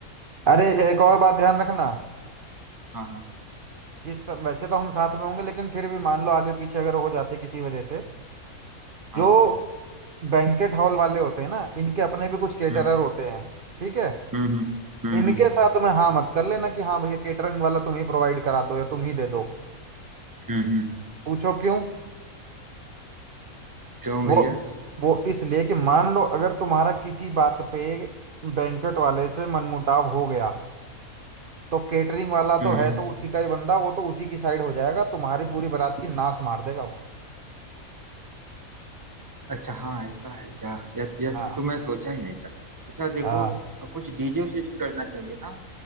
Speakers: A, on the right; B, on the right.
A: अरे एक और बात ध्यान रखना
B: हाँ
A: जिस वैसे तो हम साथ में होंगे लेकिन फिर भी मान लो आगे पीछे अगर हो जाते किसी वजह से
B: हाँ
A: जो
B: हाँ,
A: बैंकेट हॉल वाले होते हैं ना इनके अपने भी कुछ केटरर
B: हम्म
A: होते हैं ठीक है
B: हम्म हम्म हम्म
A: इनके साथ में हाँ मत कर लेना कि हाँ भैया केटरिंग वाला तुम ही प्रोवाइड करा दो या तुम ही दे दो
B: हम्म, हम्म,
A: पूछो क्यों
B: क्यों
A: वो
B: भैया
A: वो इसलिए कि मान लो अगर तुम्हारा किसी बात पे बैंकेट वाले से मनमुटाव हो गया तो केटरिंग वाला
B: हम्म
A: तो है
B: हम्म
A: तो उसी का ही बंदा वो तो उसी की साइड हो जाएगा तुम्हारी पूरी बारात की नाश मार देगा वो
B: अच्छा हाँ ऐसा है क्या यह यह
A: हाँ
B: सब तो मैं सोचा ही नहीं था अच्छा देखो
A: हाँ
B: अ, कुछ डीजे वीजे भी करना चाहिए ना